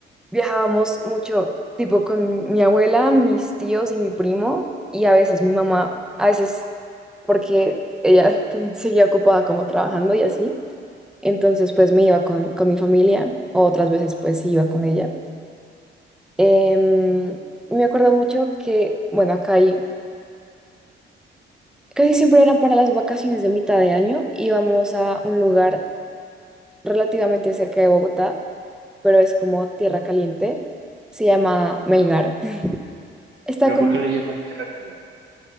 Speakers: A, in the centre; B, on the right.
A: viajábamos mucho, tipo con mi abuela, mis tíos y mi primo, y a veces mi mamá, a veces porque ella <laughs> seguía ocupada como trabajando y así. Entonces, pues me iba con, con mi familia, o otras veces pues iba con ella. Em, me acuerdo mucho que, bueno, acá hay, casi siempre eran para las vacaciones de mitad de año, íbamos a un lugar relativamente cerca de Bogotá, pero es como tierra caliente, se llama Melgar. Está
B: pero
A: como,
B: ¿por qué le llaman tierra caliente?